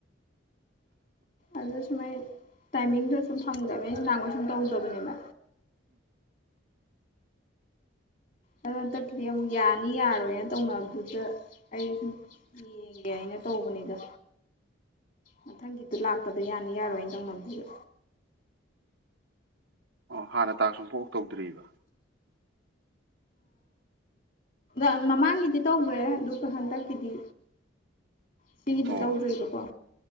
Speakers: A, on the left; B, on the right.
A: ꯑꯗꯨ ꯁꯨꯝ ꯑꯩ ꯇꯥꯏꯃꯤꯡꯗꯣ ꯁꯨꯝ ꯐꯪꯗꯕꯩ ꯑꯩ ꯅꯍꯥꯟꯈꯣꯏ ꯁꯨꯝ ꯇꯧꯗꯕꯅꯦꯕ ꯑꯗꯨ ꯍꯟꯗꯛꯀꯤꯗꯤ ꯑꯃꯨꯛ ꯌꯥꯅꯤ ꯌꯥꯔꯣꯏꯅ ꯇꯧꯅꯕꯗꯨꯗ ꯑꯩ ꯁꯨꯝ ꯌꯦꯡꯒꯦ ꯍꯥꯏꯅ ꯇꯧꯕꯅꯤꯗ ꯃꯊꯪꯒꯤꯗ ꯂꯥꯛꯄꯗ ꯌꯥꯅꯤ ꯌꯥꯔꯣꯏꯅ ꯇꯧꯅꯕꯗꯨꯗ
B: ꯑꯣ ꯍꯥꯟꯅ ꯇꯥꯛꯁ ꯑꯃꯨꯛꯐꯥꯎ ꯇꯧꯗ꯭ꯔꯤꯕ
A: ꯑ ꯃꯃꯥꯡꯒꯤꯗꯤ ꯇꯧꯈ꯭ꯔꯦ ꯑꯗꯨꯒ ꯍꯟꯗꯛꯀꯤꯗꯤ ꯁꯤꯒꯤꯗꯤ
B: ꯑꯣ
A: ꯇꯧꯗ꯭ꯔꯤꯕꯀꯣ